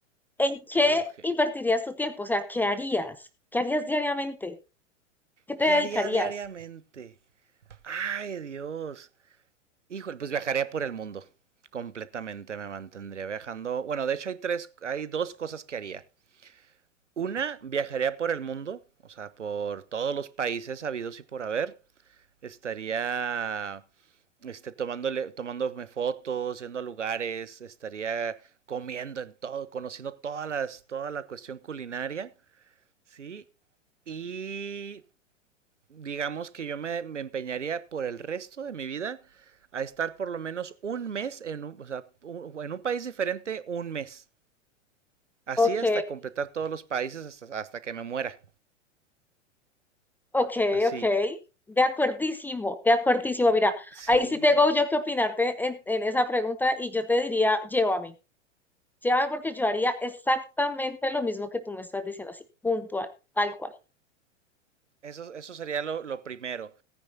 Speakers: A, in the centre; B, on the right.
A: ¿En qué
B: Uh, ge-
A: invertirías tu tiempo? O sea, ¿qué harías? ¿Qué harías diariamente? ¿Qué te
B: ¿Qué
A: dedicarías?
B: haría diariamente? Ay, Dios. Híjole, pues viajaría por el mundo. Completamente me mantendría viajando. Bueno, de hecho hay tres, hay dos cosas que haría. Una, viajaría por el mundo, o sea, por todos los países habidos y por haber. estaría este, tomándole, tomándome fotos, yendo a lugares, estaría comiendo en todo, conociendo todas las, toda la cuestión culinaria, ¿sí? Y digamos que yo me, me empeñaría por el resto de mi vida a estar por lo menos un mes en un, o sea, un- en un país diferente, un mes. Así
A: Ok,
B: hasta completar todos los países hasta, hasta que me muera.
A: ok,
B: Así.
A: ok. De acuerdísimo, de acuerdísimo. Mira,
B: Sí.
A: ahí sí tengo yo que opinarte en, en esa pregunta y yo te diría, llévame. Llévame porque yo haría exactamente lo mismo que tú me estás diciendo, así, puntual, tal cual.
B: Eso, eso sería lo, lo primero.